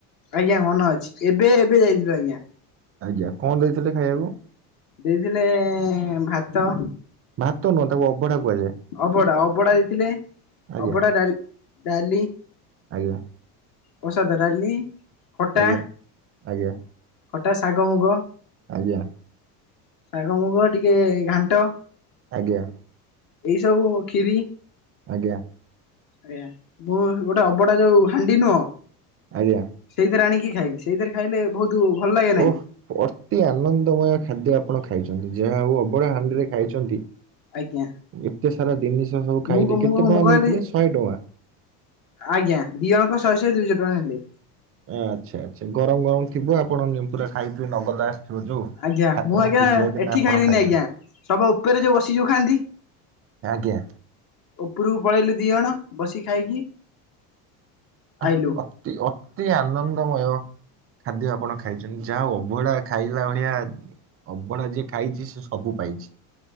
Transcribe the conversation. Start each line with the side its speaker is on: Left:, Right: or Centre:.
Left: ଆଜ୍ଞା ମନ ଅଛି, ଏବେ ଏବେ ଯାଇଥିଲୁ ଆଜ୍ଞା।
Right: ଆଜ୍ଞା କଣ ଦେଇଥିଲେ ଖାଇବାକୁ?
Left: ଦେଇଥିଲେ ଭାତ।
Right: ଭାତ ନୁହଁ ତାକୁ ଅବଢା କୁହାଯାଏ।
Left: ଅବଡା ଅବଡା ଦେଇଥିଲେ
Right: ଆଜ୍ଞା
Left: ଅବଡା ଡା-ଡାଲି।
Right: ଆଜ୍ଞା।
Left: ପ୍ରସାଦ ଡାଲି, ଖଟା,
Right: ଆଜ୍ଞା ଆଜ୍ଞା
Left: ଖଟା, ଶାଗ ମୁଗ।
Right: ଆଜ୍ଞା।
Left: ଶାଗ ମୁଗ ଟିକେ ଘାଣ୍ଟ।
Right: ଆଜ୍ଞା।
Left: ଏଇ ସବୁ ଖିରି
Right: ଆଜ୍ଞା।
Left: ଆଜ୍ଞା ମୁଁ ଗୋଟେ ଅବଡା ଯୋଉ ହାଣ୍ଡି ନୁହଁ
Right: ଆଜ୍ଞା।
Left: ସେଇଥିରେ ଆଣିକି ଖାଇଲି, ସେଇଥିରେ ଖାଇଲେ ବହୁତ ଭଲ ଲାଗେ ନା
Right: ଓଃ
Left: କି?
Right: ଅତି ଆନନ୍ଦମୟ ଖାଦ୍ୟ ଆପଣ ଖାଇଛନ୍ତି, ଯାହା ହଉ ଅବଢା ହାଣ୍ଡିରେ ଖାଇଛନ୍ତି।
Left: ଆଜ୍ଞା
Right: ଏତେ ସାରା ଜିନିଷ ସବୁ ଖାଇଲେ,
Left: ମୁଁ ମୁଁ
Right: କେତେ ଟଙ୍କା
Left: ମୁଁ କହିଲି
Right: ନେଇଥିଲେ ଶହେ ଟଙ୍କା?
Left: ଆଜ୍ଞା ଦି ଜଣଙ୍କର ଶହ ଶହେ ଦୁଇଶହ ଟଙ୍କା ନେଲେ।
Right: ଆଛା ଆଛା ଗରମ ଗରମ ଥିବ ଆପଣ ନିମ୍ ପୁରା ଖାଇ ଥିବେ ନଗଦ ଆସଥିବ ଯୋଉ।
Left: ଆଜ୍ଞା
Right: ଠାକୁରଙ୍କ
Left: ମୁଁ ଆଜ୍ଞା
Right: ପୂଜା ହେଇକିନା
Left: ଏଠି
Right: ଆପଣ
Left: ଖାଇଲିିନି
Right: ଖାଇଛନ୍ତି
Left: ଆଜ୍ଞା, ସବୁ ଉପରେ ଯୋଉ ବସିକି ସବୁ ଖାଆନ୍ତି?
Right: ଆଜ୍ଞା।
Left: ଉପରକୁ ପଳେଇଲୁ ଦି ଜଣ ବସି ଖାଇକି ଆଇଲୁ।
Right: ଆହ୍ ଅତି ଅତି ଆନନ୍ଦମୟ ଖାଦ୍ୟ ଆପଣ ଖାଇଛନ୍ତି, ଯାହା ହଉ ଅବଢା ଖାଇଲା ଭଳିଆ ଅବଢା ଯିଏ ଖାଇଛି ସେ ସବୁ ପାଇଛି।